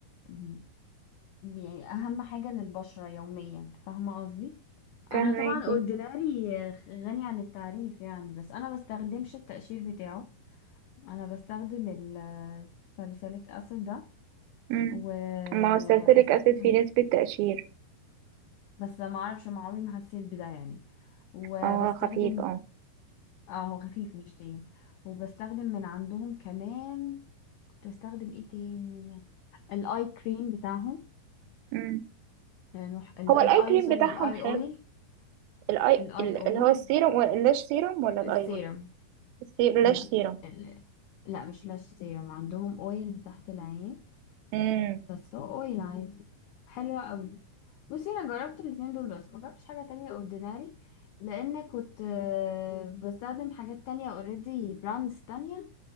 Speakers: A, on the left; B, on the right.
A: م- يعني أهم حاجة للبشرة يوميا فاهمة قصدي؟
B: فهماكي
A: أنا طبعا اورديناري غني عن التعريف يعني بس أنا بستخدمش التقشير بتاعه أنا بستخدم الساليسيليك أسيد ده
B: مم.
A: وبستخدم
B: ما هو السلسليك أسيد فيه نسبة تقشير
A: بس ما اعرفش ما عمري ما حسيت بده يعني وبستخدم
B: هو خفيف اه
A: اه هو خفيف مش تاني وبستخدم من عندهم كمان كنت بستخدم ايه تاني الاي كريم بتاعهم
B: مم.
A: لأنه ح- ال-
B: هو
A: الاي
B: الآي كريم
A: سوري
B: بتاعهم
A: الاي
B: حلو
A: اويل
B: الآي
A: الاي
B: ال-
A: اويل
B: اللي هو السيروم ولا اللاش سيروم ولا الآي
A: السيرم
B: ولا السي- اللاش
A: لا
B: سيروم
A: ال- لا مش لاش سيرم عندهم اويل تحت العين
B: مم.
A: بس هو اويل عادي حلوة قوي بصي انا جربت الاتنين دول بس ما جربتش حاجة تانية اورديناري لان كنت آه، بستخدم حاجات تانية اوريدي براندز تانية